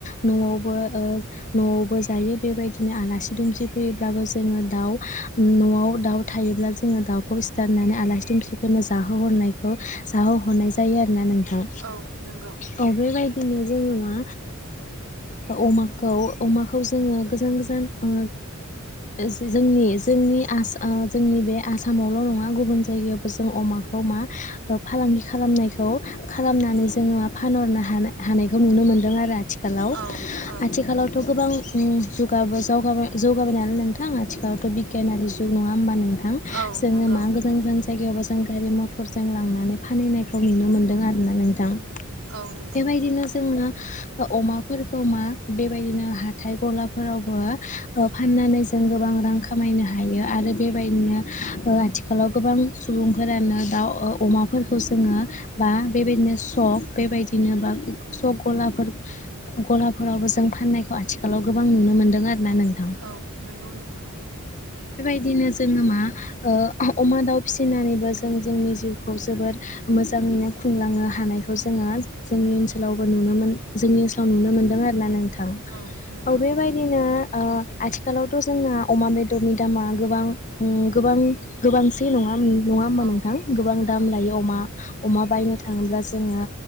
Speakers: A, on the left; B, on the right.
A: न'आवबो ओ न'आवबो जायो बेबायदिनो आलासि दुमसि फैयोब्लाबो जोंङो दाउ नआव दाउ थायोब्ला जोंङो दाउखौ सिथारनानै आलासि दुमसिफोरनो जाहोहरनायखौ जाहोहरनाय जायो आरोना नों थां
B: औ नंगौ
A: औ बेबायदिनो जोंल' नंङा ओ अमाखौ अमाखौ जोंङो गोजान-गोजान ओ‌ जों जोंनि-जोंनि बे आसामावल नंङा गुबुन जायगायावबो जों अमाखौ मा फालांगि खालामनायखौ खालामनानै जोंङो फानहरनो हा हानाय। बेखौ नुनो मोन्दों आरो आथि आथिखालाव
B: औ औ
A: आथिखालावथ' गोबां उं जौगा जौगाबाय नालाय नोंथां आथिखालावथ बिगियानारि जुग नंङा होमबा नोंथां
B: औ
A: जोंङो
B: नंगौ
A: मा गोजान-गोजान जायगायावबो जों गारि मथर जों लांनानै फानहैनायखौ नुनो मोनदों आरोना नोंथां
B: औ नंगौ
A: बेबायदिनो। अमाफोरखौ मा बेबायदिनो हाथाय गलाफोरावबो ओ फाननानै जों गोबां रां खामायनो हायो आरो बेबायदिनो ओ आथिखालाव गोबां सुबुंफोरानो दाउ अमाफोरखौ जोंङो बा बेबायदिनो सक बेबायदिनो बा। स गलाफोर गलाफोरावबो जों फाननायखौ आथिखालाव गोबां नुनो मोनदों आरोना नों
B: औ नोंगौ नोंथां
A: बिदिनो जोंङो ओ मा अमा दाउ फिसिनानैबो जों जोंनि जिउखौ जोबोर मोजांङैनो खुंलांनो हानायखौ जोंङो जोंनि ओनसोल ओनसोलावबो नुनोमोन जोंनि ओनसोलाव नुनो मोन्दों आरोना नों थां
B: औ नंगौ
A: औ बेबायदिनो आथिखालावथ जोंना अमा बेदरनि दामा गोबां-गोबां गोबांसै नंङा ओम नंङा होनबा
B: औ
A: नोंथां गोबां
B: नंगौ
A: दाम लायो अमा-अमा बायनो थांङोब्ला जोंयो